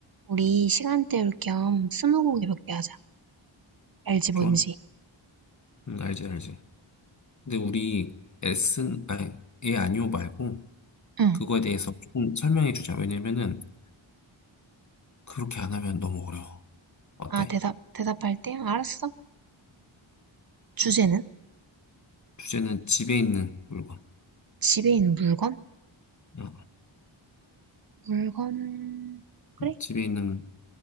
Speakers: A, on the right; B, on the left.
A: 우리 시간 때울 겸 스무고개 몇 개 하자. 알지 뭔지?
B: 좋아? 응, 알지, 알지. 근데 우리 S, 아니, 예, 아니오 말고
A: 응.
B: 그거에 대해서 조금 설명해 주자. 왜냐면은 그렇게 안 하면 너무 어려워. 어때?
A: 아, 대답, 대답할 때? 알았어. 주제는?
B: 주제는 집에 있는 물건.
A: 집에 있는 물건?
B: 어,
A: 물건, 그래?
B: 집에 있는